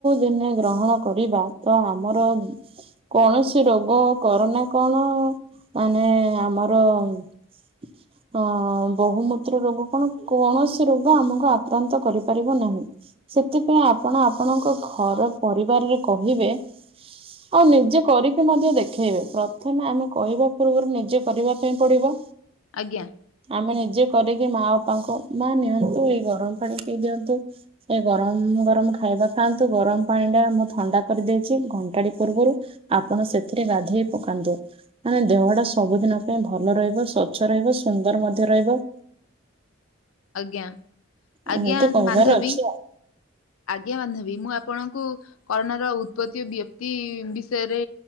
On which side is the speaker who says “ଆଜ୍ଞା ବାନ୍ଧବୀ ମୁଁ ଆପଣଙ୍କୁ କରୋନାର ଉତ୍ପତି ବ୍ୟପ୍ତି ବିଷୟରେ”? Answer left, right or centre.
Left